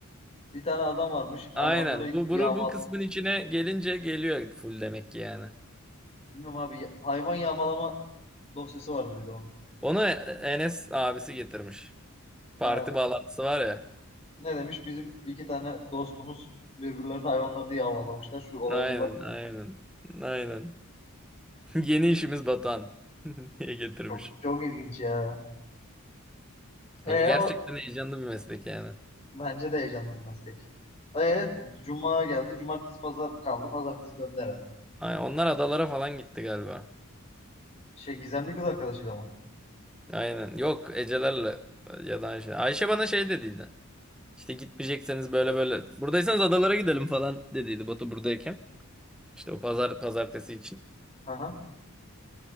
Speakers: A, on the left; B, in the centre.
A: bir tane adam varmış hayvanları
B: Aynen bu,
A: yağmal
B: bu, bu kısmın içine gelince geliyor full demek ki yani.
A: bilmem abi ya- hayvan yağmalama dosyası vardı bir de onun.
B: Onu Enes abisi getirmiş. Parti
A: He,
B: bağlantısı var ya.
A: ne demiş? Bizim iki tane dostumuz birbirlerinin hayvanlarını yağmalamışlar. Şu olaya
B: Aynen
A: bir bak mı
B: aynen.
A: demiş.
B: Aynen. <laughs> Yeni işimiz Batuhan <laughs> diye getirmiş.
A: Çok çok ilginç ya. E
B: Bakın gerçekten
A: o
B: heyecanlı bir meslek yani.
A: bence de heyecanlı bir meslek. E Cuma geldi. Cumartesi pazar kaldı. Pazartesi döndü herhalde.
B: Ay, onlar adalara falan gitti galiba.
A: Şey gizemli kız arkadaşıyla mı?
B: Aynen. Yok Ecelerle ya da Ayşe. Ayşe bana şey dediydi. İşte gitmeyecekseniz böyle böyle. Buradaysanız adalara gidelim falan dediydi Batu buradayken. İşte o pazar pazartesi için.
A: Hı hı.